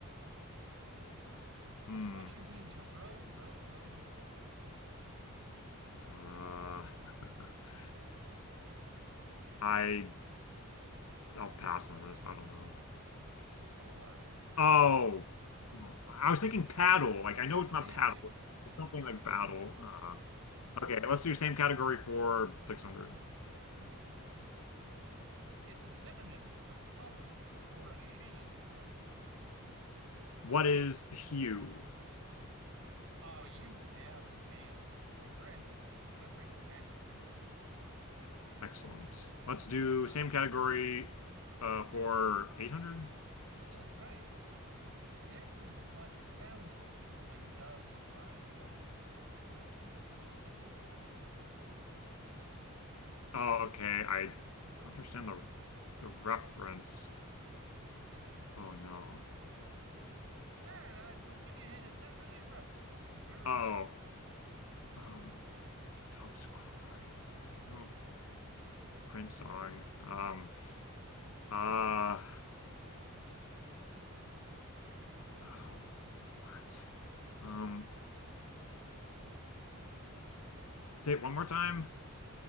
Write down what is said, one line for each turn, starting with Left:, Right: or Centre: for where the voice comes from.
Right: It's
Left: hmm.
Right: what you need to row, row, row your boat.
Left: Uh, <laughs> I I'll pass on this. I don't know.
Right: It's an oar, an
Left: Oh,
Right: oar.
Left: Oh, I was thinking paddle. Like I know
Right: <laughs> it's
Left: it's not paddle. It's, it's something like battle. Uh, okay, let's do same category for 600.
Right: a synonym for color or a shade of color.
Left: What is hue?
Right: Oh, you have nailed it. Congratulations. That brings you back up to 800.
Left: Excellent. Let's do
Right: Uh,
Left: same category uh, for 800.
Right: that's right. This is what it sounds like when doves cry softly.
Left: Oh, okay. I understand the the reference. Oh no.
Right: It's not, I would give you a hint, it's not really a reference. This is very
Left: Oh,
Right: literal.
Left: um, Doves Cry. I can know the Prince song. Um,
Right: <laughs>
Left: uh, oh, what? Um. Say it one more time.